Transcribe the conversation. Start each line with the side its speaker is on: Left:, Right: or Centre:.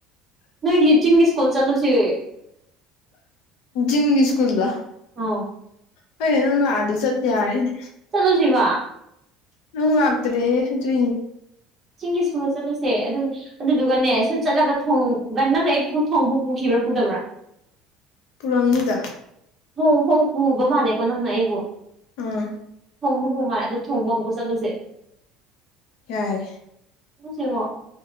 Right: ꯅ ꯌꯆꯤꯡꯒꯤ ꯁꯀꯨꯜ ꯆꯂꯨꯁꯤ
Left: ꯤꯟꯒꯤ ꯁ꯭ꯀꯨꯜꯗ
Right: ꯑ
Left: ꯍꯣꯏꯌꯦ ꯅꯪ ꯂꯥꯛꯑꯗꯤ ꯆꯠꯇꯦ ꯌꯥꯔꯦꯅꯦ
Right: ꯆꯂꯨꯁꯤ ꯋꯥ
Left: ꯅꯪ ꯂꯥꯛꯇꯔꯦ ꯇ
Right: ꯆꯤꯡꯒꯤ ꯁꯀꯨꯜ ꯆꯠꯂꯨꯁꯦ ꯑꯗꯨ ꯑꯗꯨꯗꯨꯒꯅꯦ ꯁꯨꯝ ꯆꯠꯂꯒ ꯊꯣꯡ ꯒꯟ ꯅꯪꯅ ꯑꯩ ꯊꯣꯡꯕ ꯄꯨꯈꯤꯕ꯭ꯔꯥ ꯄꯨꯗꯕ꯭ꯔꯥ
Left: ꯄꯨꯔꯝꯂꯤꯗ
Right: ꯣꯡ ꯐꯧ ꯄꯨꯕ ꯃꯥꯜꯂꯦꯀꯣ ꯅꯪꯅ ꯑꯩꯕꯨ
Left: ꯑꯥ
Right: ꯐꯣꯡ ꯐ ꯄꯨ ꯃꯥꯜꯂꯦ ꯑꯗꯨ ꯊꯣꯡꯕꯝꯕ ꯆꯠꯂꯨꯁꯦ
Left: ꯌꯥꯏ
Right: ꯄꯨꯁꯤꯣ